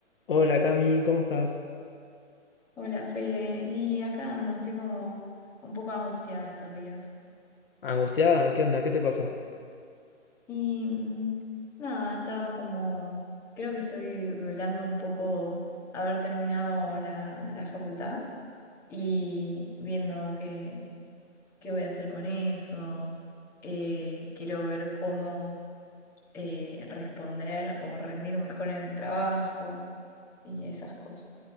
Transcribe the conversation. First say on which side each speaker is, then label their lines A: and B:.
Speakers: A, on the left; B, in the centre.
A: Hola Cami, ¿cómo estás?
B: Hola Fede, y acá ando, estoy como un poco angustiada estos días.
A: ¿Angustiada? ¿Qué onda? ¿Qué te pasó?
B: Y mm, nada, estaba como, creo que estoy duelando un poco haber terminado la, la facultad y viendo qué, qué voy a hacer con eso. Eh, quiero ver cómo eh, responder o rendir mejor en el trabajo y esas cosas.